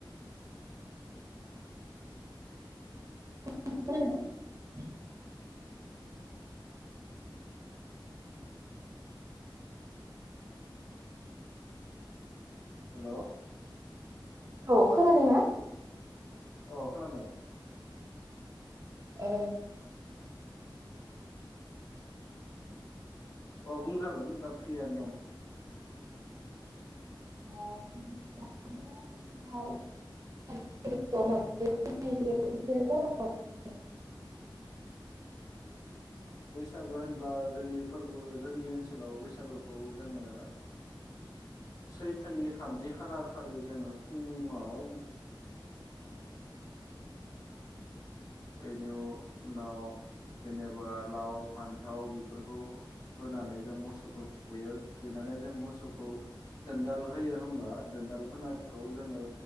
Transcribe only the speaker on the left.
हेलौ
अ खोनादों
अ बुंजागोन दा फ्रियानो दं
बैसागो होनब्ला जोंनि फोरबो जोंनि ओनसोलाव बैसागोखौ जोङो सैथोनि थामजि खालार खालि जोङो फुङाव बे <unintelligible> उनाव जेनेबा लाव फान्थाव बेफोरखौ होनानै जों मोसौखौ थुखैयो थुखैनानै जों मोसौखौ दोनदाल होयो होमबा दोनदाल होनानै खौ जोङो